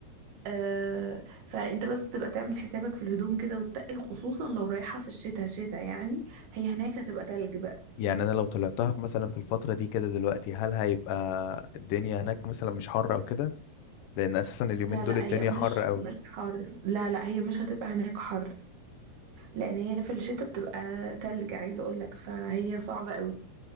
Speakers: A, on the right (about 80°); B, on the left (about 70°).
A: آه، فانت بس تبقى تعمل حسابك في الهدوم كده وتتقل خصوصا لو رايحه في الشتاء شتاء يعني هي هناك هتبقى تلج
B: يعني انا لو طلعتها في- مثلا في الفتره دي كده دلوقتي هل هيبقى الدنيا هناك مثلا مش حر او كده لان اساسا اليومين
A: لا
B: دول
A: لا
B: الدنيا
A: هي مش
B: حر قوي
A: مش حر لا لا هي مش هتبقى هناك حر لان هي في الشتاء بتبقى تلج عايزه اقول لك فهي صعبه قوي